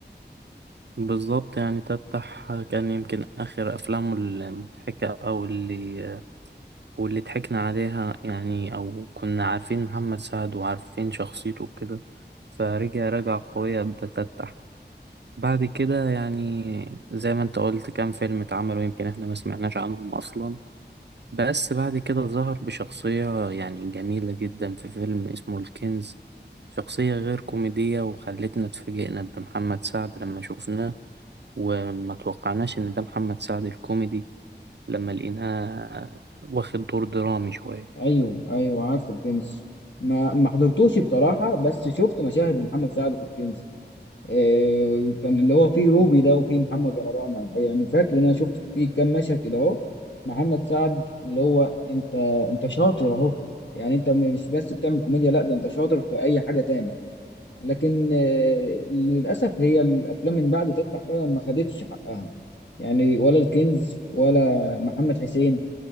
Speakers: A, on the right; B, on the left.
A: بالظبط يعني تفتح كان يمكن آخر أفلامه المضحكة أو اللي واللي ضحكنا عليها يعني أو كنا عارفين محمد سعد وعارفين شخصيته وكده فرجع رجع قوية بتتح بعد كده يعني زي ما انت قلت كام فيلم اتعملوا يمكن احنا ما سمعناش عنهم أصلا بس بعد كده ظهر بشخصية يعني جميلة جدا في فيلم اسمه الكنز شخصية غير كوميدية وخلتنا اتفاجئنا بمحمد سعد لما شفناه وما توقعناش إن ده محمد سعد الكوميدي لما لقيناه واخد دور درامي شوية
B: ايوه ايوه عارف الكنز ما ما حضرتوش بصراحه بس شفت مشاهد لمحمد سعد في الكنز إيه كان اللي هو فيه روبي ده وفيه محمد رمضان يعني فاكر ان انا شفت فيه كام مشهد كده اهو محمد سعد اللي هو انت انت شاطر اهو يعني انت م- مش بس بتعمل كوميديا لا ده انت شاطر في اي حاجه تاني لكن آه، للاسف هي الافلام من بعد تفتح فعلا ما خدتش حقها يعني ولا الكنز ولا محمد حسين